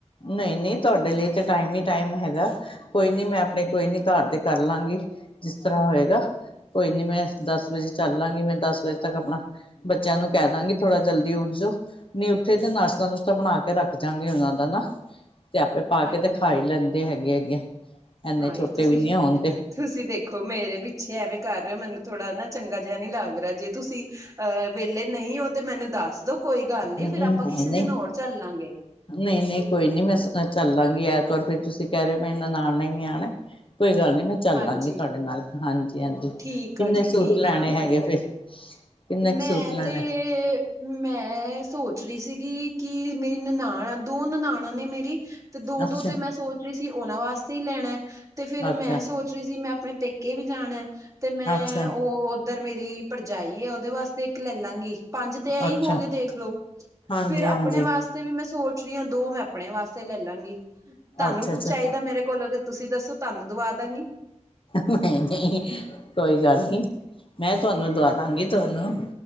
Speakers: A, on the left; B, on the right.
A: ਨਹੀਂ ਨਹੀਂ ਤੁਹਾਡੇ ਲਈ ਤੇ ਟਾਈਮ ਹੀ ਟਾਈਮ ਹੈਗਾ। ਕੋਈ ਨੀ ਮੈਂ ਆਪਣੇ ਕੋਈ ਨੀ ਘਰ ਤੇ ਕਰ ਲਾਗੀ ਜਿਸ ਤਰ੍ਹਾਂ ਹੋਏਗਾ। ਕੋਈ ਨੀ ਮੈਂ ਦਸ ਵਜੇ ਚੱਲ ਲਾਂਗੀ ਮੈਂ ਦਸ ਵਜੇ ਤੱਕ ਆਪਣਾ ਬੱਚਿਆਂ ਨੂੰ ਕਹਿ ਦਾਂਗੀ ਥੋੜ੍ਹਾ ਜਲਦੀ। ਉਠਜੋ ਨਹੀਂ ਉੱਠੇ ਤੇ ਨਾਸ਼ਤਾ ਨੁਸ਼ਤਾ ਬਣਾ ਕੇ ਰੱਖ ਜਾਗੇ ਉਹਨਾਂ ਦਾ ਨਾ ਤੇ ਆਪੇ ਪਾ
B: ਹਾਂਜੀ
A: ਕੇ ਤੇ ਖਾ ਈ ਲੈਂਦੇ ਹੈਗੇ ਹੈਗੇ। ਇੰਨੇ
B: ਹਾਂ
A: ਛੋਟੇ
B: ਇਹ ਤੁਸੀਂ
A: ਵੀ ਨੀ ਹੋਣ ਤੇ
B: ਤੁਸੀਂ ਦੇਖ ਮੇਰੇ ਪਿੱਛੇ ਐਵੇਂ ਕਰ ਰਹੇ ਹੋ ਮੈਨੂੰ ਥੋੜਾ ਨਾ ਚੰਗਾ ਜਿਹਾ ਨੀ ਲੱਗ ਰਿਹਾ ਜੇ ਤੁਸੀਂ ਅਹ ਵਿਹਲੇ ਨਹੀਂ ਉਹ ਤੇ ਮੈਨੂੰ ਦੱਸ ਦੋ ਕੋਈ ਗੱਲ
A: ਨਹੀਂ
B: ਨੀ ਫੇਰ ਆਪਾ ਕਿਸੇ
A: ਨਹੀਂ।
B: ਦਿਨ ਹੋਰ ਚੱਲਾਂਗੇ।
A: ਨਹੀਂ ਨਹੀਂ ਕੋਈ ਨਹੀਂ ਮੈਂ ਚੱਲਾਂਗੀ ਐਤਵਾਰ ਫਿਰ ਤੁਸੀਂ ਕਹਿ ਰਹੇ ਹੋ ਮੈਂ ਇਹਨਾਂ ਨਨਾਣ ਨੇ ਵੀ ਆਉਣਾ। ਕੋਈ ਗੱਲ ਨੀ ਮੈਂ ਚੱਲਾਂਗੇ
B: ਹਾਂਜੀ
A: ਤੁਹਾਡੇ ਨਾਲ ਹਾਂਜੀ ਹਾਂਜੀ
B: ਠੀਕ
A: ਕਿੰਨੇ
B: ਆ ਜੀ
A: ਸੂਟ
B: ਠੀਕ
A: ਲੈਣੇ
B: ਆ
A: ਹੈਗੇ ਫਿਰ ਕਿੰਨੇ
B: ਮੈਂ
A: ਕੁ ਸੂਟ ਲੈਣੇ
B: ਤੇ ਮੈਂ ਸੋਚ ਰਹੀ ਸੀਗੀ ਕਿ ਮੇਰੀ ਨਨਾਣ ਦੋ ਨਨਾਣਾਂ ਨੇ ਮੇਰੀ ਤੇ ਦੋ
A: ਅੱਛਾ
B: ਦੋ ਤੇ ਮੈਂ ਸੋਚ ਰਹੀ ਸੀ ਉਹਨਾਂ ਵਾਸਤੇ ਹੀ ਲੈਣਾ ਤੇ ਫਿਰ
A: ਅੱਛਾ।
B: ਮੈਂ ਸੋਚ ਸੀ ਮੈਂ ਆਪਣੇ ਪੇਕੇ ਵੀ ਜਾਣਾ ਤੇ ਮੈਂ
A: ਅੱਛਾ
B: ਉਹ ਉੱਧਰ ਮੇਰੀ ਭਰਜਾਈ ਹੈ ਉਹਦੇ ਵਾਸਤੇ ਇੱਕ ਲੈ ਲਾਂਗੀ ਪੰਜ ਤੇ ਐਹੀ
A: ਅੱਛਾ
B: ਹੋ ਗਏ ਦੇਖਲੋ
A: ਹਾਂਜੀ
B: ਫਿਰ ਆਪਣੇ
A: ਹਾਂਜੀ।
B: ਵਾਸਤੇ ਫ਼ਿਰ ਵੀ ਮੈਂ ਸੋਚ ਰਹੀ ਹਾਂ ਦੋ ਮੈਂ ਆਪਣੇ ਵਾਸਤੇ ਲੈ ਲਾਂਗੀ ਤੁਹਾਨੂੰ
A: ਅੱਛਾ
B: ਕੁੱਝ
A: ਅੱਛਾ
B: ਚਾਹੀਦਾ ਮੇਰੇ ਕੋਲੋਂ ਤੁਸੀਂ ਦੱਸੋ ਤੁਹਾਨੂੰ ਦਵਾ ਦਾਂਗੀ।
A: ਨਹੀਂ ਨਹੀਂ ਕੋਈ ਗੱਲ ਨੀ। ਮੈਂ ਤੁਹਾਨੂੰ ਦਵਾਦਾਗੀ ਤੁਹਾਨੂੰ